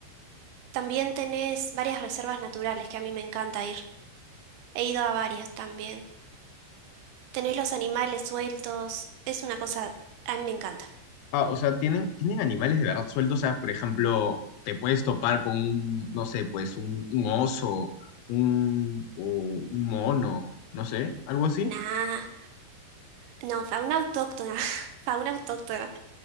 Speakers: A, on the right (about 80°); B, on the left (about 85°).
A: También tenés varias reservas naturales que a mí me encanta ir. He ido a varias también. Tenés los animales sueltos, es una cosa, a mí me encanta.
B: Ah, o sea, tienen, tienen animales de verdad sueltos. O sea, por ejemplo, te puedes topar con un, no sé, pues un, un oso, un, o un mono, no sé, algo así.
A: Nah, no, fauna autóctona, <laughs> fauna autóctona.